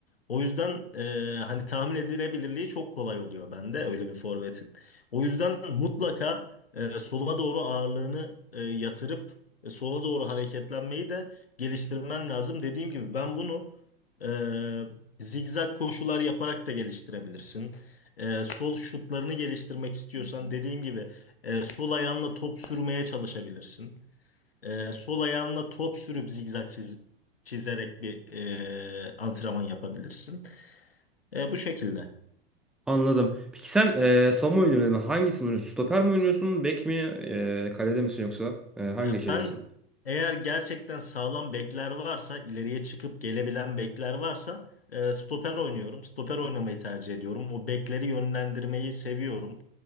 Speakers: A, on the left; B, in the centre.
A: O yüzden e, hani tahmin edilebilirliği çok kolay oluyor bende öyle bir forvetin. O yüzden mutlaka e, sola doğru ağırlığını e, yatırıp e, sola doğru hareketlenmeyi de geliştirmen lazım. Dediğim gibi ben bunu e, zigzag koşular yaparak da geliştirebilirsin. E, sol şutlarını geliştirmek istiyorsan dediğim gibi e, sol ayağınla top sürmeye çalışabilirsin. E, sol ayağınla top sürüp zigzag çiz- çizerek bir e, antrenman yapabilirsin. E, bu şekilde.
B: Anladım. Peki sen e, savunma oynuyorsun. Hangisini oynuyorsun? Stoper mi oynuyorsun? Bek mi? E, kalede misin yoksa? E, hangi
A: E,
B: şeydesin?
A: ben eğer gerçekten sağlam bekler varsa, ileriye çıkıp gelebilen bekler varsa e, stoper oynuyorum. Stoper oynamayı tercih ediyorum. O bekleri yönlendirmeyi seviyorum.